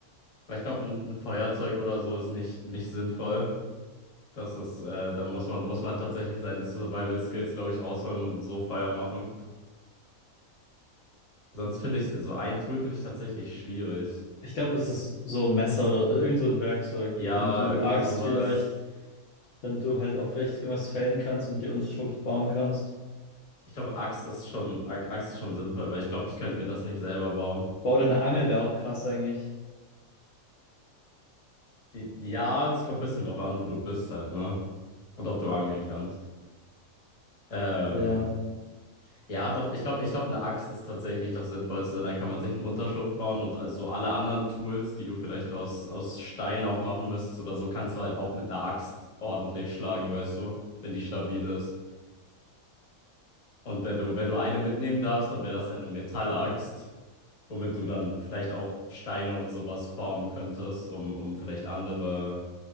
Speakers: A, on the left; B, on the left.
A: weil ich glaube, ein, ein Feuerzeug oder so ist nicht, nicht sinnvoll. Das ist, äh, da muss man, muss man tatsächlich seine Survival Skills, glaube ich, rausholen und so Feuer machen. Sonst finde ich, so ein Tool finde ich tatsächlich schwierig.
B: Ich glaube, es ist so ein Messer oder äh, irgend so ein Werkzeug,
A: Ja,
B: womit du
A: irgendwie
B: axt
A: sowas.
B: vielleicht, damit du halt auch vielleicht irgendwas fällen kannst und dir Unterschlupf bauen kannst.
A: Ich glaube, Axt ist schon, A- Axt ist schon sinnvoll, weil ich glaube, ich könnte mir das nicht selber bauen.
B: Wow, oder eine Angel wäre auch krass eigentlich.
A: Ja, es kommt ein bisschen drauf an, wo du bist halt, ne? Und ob du angeln kannst. Ähm,
B: Ja,
A: ja, doch, ich glaube, ich glaub, eine Axt ist tatsächlich das Sinnvollste. Dann kann man sich einen Unterschlupf bauen und also so alle anderen Tools, die du vielleicht aus, aus Stein auch machen müsstest oder so, kannst du halt auch mit einer Axt ordentlich schlagen, weißt du, wenn die stabil ist. Und wenn du, wenn du eine mitnehmen darfst, dann wäre das ja eine Metallaxt, womit du dann vielleicht auch Steine und sowas formen könntest, um, um vielleicht andere.